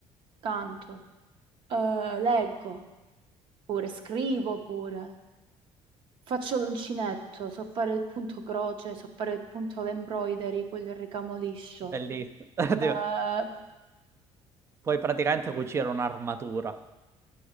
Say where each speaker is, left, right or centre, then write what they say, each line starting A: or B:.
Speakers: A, on the right (about 50°); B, on the right (about 25°).
A: canto, Eh, leggo pure, scrivo pure. Faccio l'uncinetto, so fare il punto croce, so fare il punto l'embroidery, quel ricamo liscio.
B: Bellissimo. <laughs>
A: Eh,
B: Tipo, Puoi praticamente cucire un'armatura. <laughs>